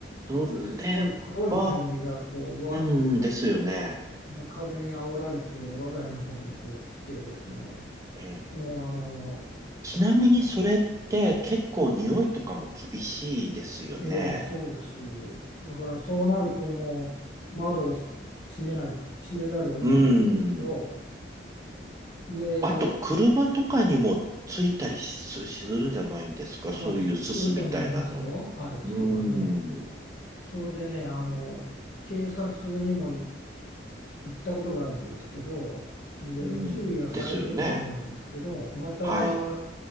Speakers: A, on the right; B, on the left.
A: それは、
B: すごい黒い煙がこうぶわっとこう、
A: うん、ですよね。
B: ね、風に煽られて我が家の方にこう来てですね
A: ええ。
B: もうあの
A: ちなみにそれって結構匂いとかも厳しいですよね。
B: ええそうですだからそうなるともう窓を閉めない閉めざるを得ないんですけど
A: うん。
B: で
A: あと、車とかにもついたりすするんじゃないんですかそういうすすみたいなの。
B: あ、す、すると思いますよ。はい、つけばね。
A: うーん、う
B: それでね、あの、警察にもい行ったことがあるんですけど、で、
A: ん、
B: 注意はされてたようなんですけど、
A: ですよね。
B: また、
A: はい。